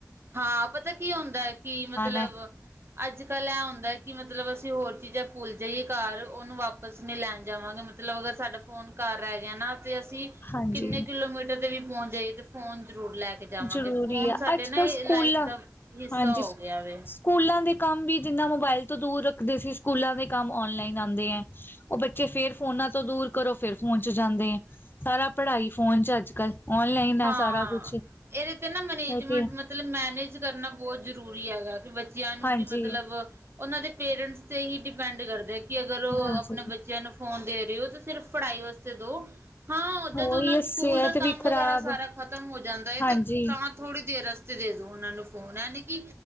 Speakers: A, on the right; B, on the left.
A: ਹਾਂ ਪਤਾ ਕੀ ਹੁੰਦਾ ਐ ਕੀ ਮਤਲਵ
B: ਹੈ
A: ਅੱਜ-ਕੱਲ੍ਹ ਇਹ ਹੁੰਦਾ ਕਿ ਮਤਲਬ ਅਸੀਂ ਹੋਰ ਚੀਜ਼ਾਂ ਭੁੱਲ ਜਾਈਏ ਘਰ, ਉਹਨੂੰ ਵਾਪਸ ਨੀ ਲੈਣ ਜਾਵਾਂਗੇ। ਮਤਲਬ ਅਗਰ ਸਾਡਾ ਫੋਨ ਘਰ ਰਹਿ ਗਿਆ ਨਾ ਤੇ ਅਸੀਂ
B: ਹਾਂਜੀ
A: ਕਿੰਨੇ ਕਿਲੋਮੀਟਰ ਤੇ ਵੀ ਪਹੁੰਚ ਜਾਈਏ ਤੇ ਫੋਨ ਜ਼ਰੂਰ ਲੈ ਕੇ ਜਾਵਾਂਗੇ
B: ਜ਼ਰੂਰੀ
A: ਫੋਨ
B: ਆ
A: ਸਾਡੇ
B: ਅੱਜ
A: ਨਾ
B: ਕੱਲ੍ਹ
A: ਇਹ
B: ਸਕੂਲਾਂ
A: ਲਾਈਫ ਦਾ ਹਿੱਸਾ
B: ਹਾਂਜੀ
A: ਹੋ ਗਿਆ ਵੇ।
B: ਸਕੂਲਾਂ ਦੇ ਕੰਮ ਵੀ ਜਿੰਨਾ ਮੋਬਾਇਲ ਤੋਂ ਦੂਰ ਰੱਖਦੇ ਸੀ ਸਕੂਲਾਂ ਦੇ ਕੰਮ ਔਨਲਾਈਨ ਆਂਦੇ ਐ। ਉਹ ਬੱਚੇ ਫੇਰ ਫੋਨਾਂ ਤੋਂ ਦੂਰ ਕਰੋ ਫੇਰ ਫੋਨ ਚ ਜਾਂਦੇ, ਸਾਰਾ ਪੜ੍ਹਾਈ ਫੋਨ ਚ ਅੱਜ-ਕੱਲ। ਔਨਲਾਈਨ
A: ਹਾਂ
B: ਏ ਸਾਰਾ ਕੁਛ।
A: ਇਹਦੇ ਤੇ ਨਾ ਮੈਨੇਜਮੈਂਟ
B: ਤੇ
A: ਮਤਲਬ ਮੈਨੇਜ ਕਰਨਾ ਬਹੁਤ ਜ਼ਰੂਰੀ ਹੈਗਾ ਕਿ ਬੱਚੇ ਨੂੰ
B: ਹਾਂਜੀ
A: ਕਿ ਮਤਲਬ ਉਹਨਾਂ ਦੇ ਪੇਰੈਂਟਸ ਤੇ ਹੀ ਡਿ ਡਿਪੈਂਡ ਕਰਦੇ ਕਿ ਅਗਰ ਉ
B: ਹਾਂਜੀ
A: ਆਪਣੇ ਬੱਚਿਆਂ ਨੂੰ ਫੋਨ ਦੇ ਰਹੇ ਹੋ ਤਾਂ ਸਿਰਫ਼ ਪੜ੍ਹਾਈ ਵਾਸਤੇ ਦੋ। ਹਾਂ, ਜਦੋਂ
B: ਉਹੀ
A: ਨਾ ਸਕੂਲ
B: ਸਿਹਤ
A: ਦਾ
B: ਵੀ
A: ਕੰਮ ਵਗੈਰਾ
B: ਖ਼ਰਾਬ
A: ਸਾਰਾ ਖਤਮ ਹੋ ਜਾਂਦਾ ਏ
B: ਹਾਂਜੀ
A: ਤੇ ਤਾਂ ਥੋੜ੍ਹੀ ਦੇਰ ਵਸਤੇ ਦੇ ਦੋ ਉਹਨਾਂ ਨੂੰ ਫੋਨ ਏ ਨੀ ਕਿ